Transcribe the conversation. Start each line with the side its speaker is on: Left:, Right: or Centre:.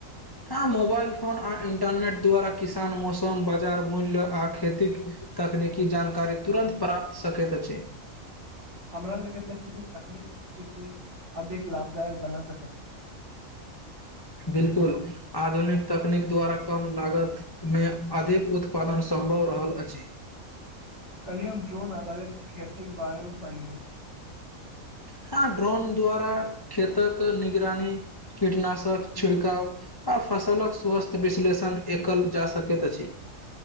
Left: हँ मोबाइल फोन आ इन्टरनेट द्वारा किसान मौसम बाजार मूल्य आ खेतिक। तकनीकी जानकारी तुरन्त प्राप्त सकैत अछि।
Right: <unintelligible> हमरा लगैत अछि जे तकनीक कृषि के अधिक लाभदायक बना सकैत अछि। <unintelligible>
Left: बिल्कुल, आधुनिक तकनीक द्वारा कम लागत में अधिक उत्पादन सभ। सम्भव रहल अछि।
Right: कल्हि हम ड्रोन आधारित खेती के बारे में पढ़लियौ। <unintelligible>
Left: हां, ड्रोन द्वारा खेतक निगरानी कीटनाशक छिड़काव आ। फसलक स्वस्थ विश्लेषण एकल जा सकैत अछि।